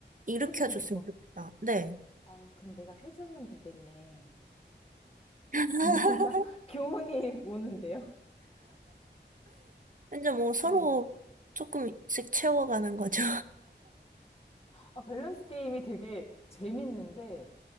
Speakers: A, on the right; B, on the left.
A: 일으켜줬으면
B: 해주는 거.
A: 좋겠다. 네.
B: 아, 그럼 내가 해주면 되겠네.
A: <laughs>
B: 뭔가 <laughs> 교훈이 오는데요.
A: 이제 뭐 서로
B: 네.
A: 조금씩 채워가는 거죠.
B: 아, 밸런스 게임이 되게 재밌는데